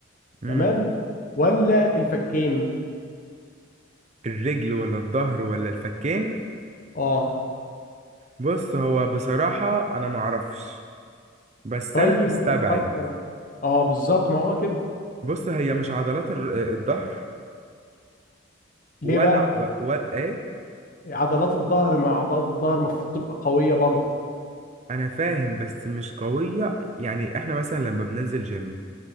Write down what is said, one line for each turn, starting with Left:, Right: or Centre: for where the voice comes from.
Right: امم
Left: تمام ولا الفكين
Right: الرجل ولا الظهر ولا الفكين
Left: اه
Right: بص هو بصراحة انا معرفش بس
Left: طيب
Right: انا مستبعد
Left: ما نفكر اه بالظبط ما هو كده
Right: بص هي مش عضلات الر- الظهر
Left: ليه
Right: ولا
Left: بقى
Right: عض... ولا ايه
Left: عضلات الظهر مع عضلات الظهر المفروض تبقى قويه برضه
Right: انا فاهم بس مش قوية يعني احنا مثلا لما بننزل جيم